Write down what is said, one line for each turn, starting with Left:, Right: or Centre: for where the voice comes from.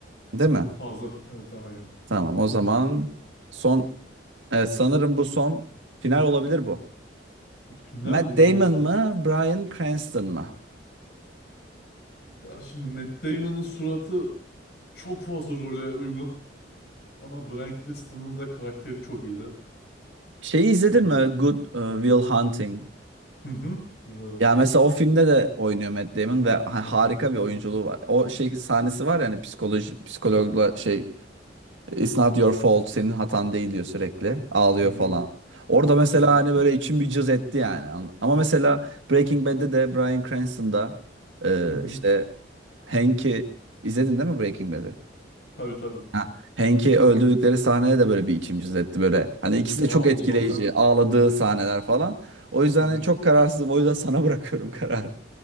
Right: <laughs> Değil mi?
Left: Fazla. Evet daha iyi.
Right: Tamam o zaman son evet sanırım bu son final olabilir bu.
Left: Final
Right: Matt
Left: mi
Right: Damon
Left: Rounds
Right: mı,
Left: of the-
Right: Bryan Cranston mı?
Left: Ya şimdi Matt Damon'ın suratı çok fazla role uygun. Ama Bryan Cranston'ın da karakteri çok iyiydi.
Right: Şeyi izledin
Left: Yani
Right: mi? Good e, Will Hunting.
Left: hı hı. Güzel.
Right: Ya mesela o filmde de oynuyor Matt Damon ve ha- harika bir
Left: Hı
Right: oyunculuğu
Left: hı.
Right: var. O şey sahnesi var ya hani psikoloji psikologla şey It's not your fault senin hatan değil diyor sürekli. Ağlıyor
Left: Hı hı.
Right: falan. Orada mesela
Left: Evet.
Right: hani böyle içim bir cız etti yani. An- Ama mesela Breaking Bad'de de Bryan Cranston'da e,
Left: Hı hı.
Right: işte Hank'i izledin değil mi Breaking Bad'i?
Left: Tabii tabii.
Right: Ha, Hank'i öldürdükleri sahnede de böyle bir içim cız etti böyle. Hani ikisi
Left: Aa
Right: de çok etkileyici.
Left: o zaten.
Right: Ağladığı sahneler
Left: Evet.
Right: falan. O yüzden
Left: Hı hı.
Right: hani çok kararsızım. O yüzden <laughs> sana bırakıyorum kararı.